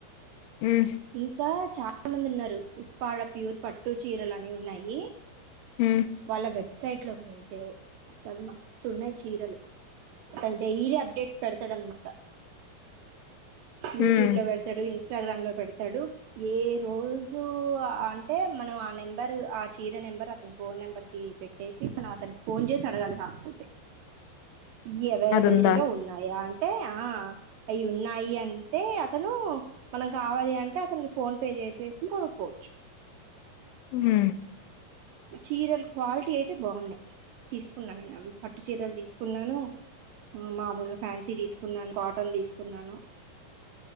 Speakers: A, on the left (about 90°); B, on the right (about 75°).
A: హ్మ్
B: ఇంకా చాలా మంది విన్నారు ఉప్పాడ ప్యూర్ పట్టు చీరలు అని ఉన్నాయి
A: హ్మ్
B: వాళ్ళ వెబ్సైట్ లోకి వెళ్తే అసలు మస్ ఉన్నాయి చీరలు అతను డైలీ అప్డేట్స్ పెడతాడు అనమాట
A: హ్మ్
B: యూట్యూబ్లో పెడతాడు ఇన్ స్టాగ్రామ్ లో పెడతాడు ఏ రోజు అంటే మనం ఆ నెంబర్ ఆ చీరని నెంబర్ అతని ఫోన్ నెంబర్ కి పెట్టేసి మనం అతనికి ఫోన్ చేసి అడగాలి కాకపోతే ఈ ఎవైలబిలిటీ
A: అదుందా
B: లో ఉన్నాయా అంటే ఆ అయి ఉన్నాయి అంటే అతను మనం కావాలి అంటే అతనికి ఫోన్ పే చేసేసి కొనుక్కోవచ్చు
A: మ్
B: చీరలు క్వాలిటీ అయితే బాగున్నాయి తీసుకున్నాను నేను అవి పట్టు చీరలు తీసుకున్నాను మామూలు గ ఫ్యాన్సీ తీసుకున్నాను కాటన్ తీసుకున్నాను